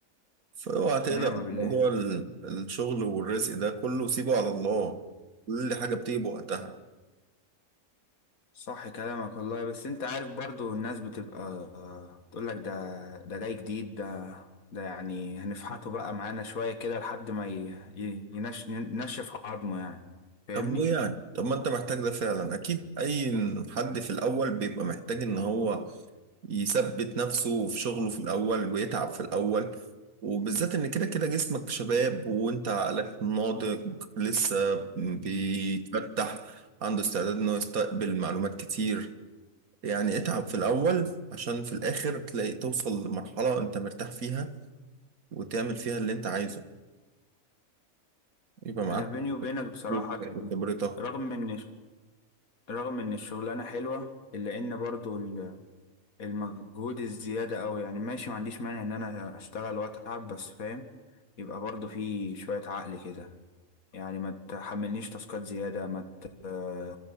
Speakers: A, on the right; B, on the left.
A: فاوعى تقلق
B: نعمة
A: من
B: بالله
A: موضوع ال- الشغل والرزق ده كله سيبه على الله كل حاجة بتيجي بوقتها
B: صح كلامك والله بس انت عارف برضو الناس بتبقى آه، تقولك ده ده جاي جديد ده ده يعني هنفحته بقى معانا شوية كده لحد ما ي- ي- ينش ينشف عظمه يعني فاهمني
A: طب وايه يعني طب ما انت محتاج ده فعلا اكيد اي حد في الاول بيبقى محتاج ان هو يثبت نفسه في شغله في الأول ويتعب في الأول وبالذات إن كده كده جسمك شباب وأنت عقلك ناضج لسه بيتفتح عنده استعداد إنه يستقبل معلومات كتير يعني اتعب في الأول عشان في الآخر تلاقي توصل لمرحلة أنت مرتاح فيها وتعمل فيها اللي أنت عايزه يبقى معاك
B: أنا بيني وبينك بصراحة
A: فلوسك
B: يعني
A: وخبرتك
B: رغم إن رغم إن الشغلانة حلوة إلا إن برضو المجهود الزيادة أوي يعني ماشي ما عنديش مانع إن أنا أشتغل وأتعب بس فاهم يبقى برضو في شوية عقل كده يعني ما تحملنيش تاسكات زيادة ما ت- آه،